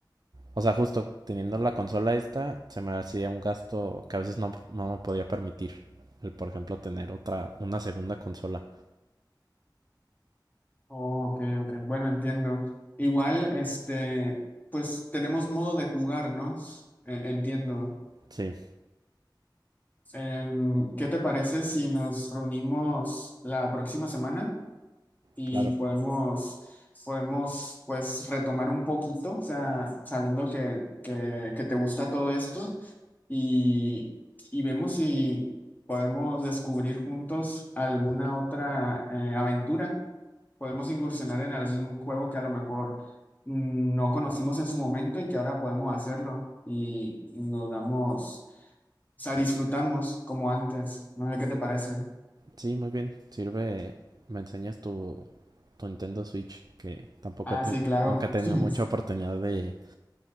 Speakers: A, on the right; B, on the left.
A: o sea, justo teniendo la consola esta, se me hacía un gasto que a veces no, no me podía permitir. El, por ejemplo, tener otra, una segunda consola.
B: Oh, ok, ok. Bueno, entiendo. Igual, este, pues tenemos modo de jugar, ¿no? Eh, entiendo.
A: Sí,
B: Em, ¿qué te parece si nos reunimos la próxima semana? y
A: claro.
B: podemos, podemos pues retomar un poquito, o sea, sabiendo que, que, que te gusta todo esto y, y vemos si podemos descubrir juntos alguna otra eh, aventura. Podemos incursionar en algún juego que a lo mejor mm, no conocimos en su momento y que ahora podemos hacerlo y y nos damos, o sea, disfrutamos como antes. No sé qué te parece.
A: Sí, muy bien. Sirve, me enseñas tu, tu Nintendo Switch, que tampoco
B: Ah,
A: he ten-
B: sí, claro.
A: nunca he tenido
B: <laughs>
A: mucha oportunidad de,